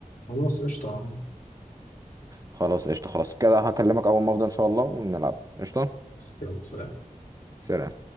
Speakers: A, on the left; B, on the right.
A: خلاص قشطه يا عم.
B: خلاص قشطة خلاص كده هكلمك اول ما افضى ان شاء الله ونلعب قشطة
A: يلا سلام
B: سلام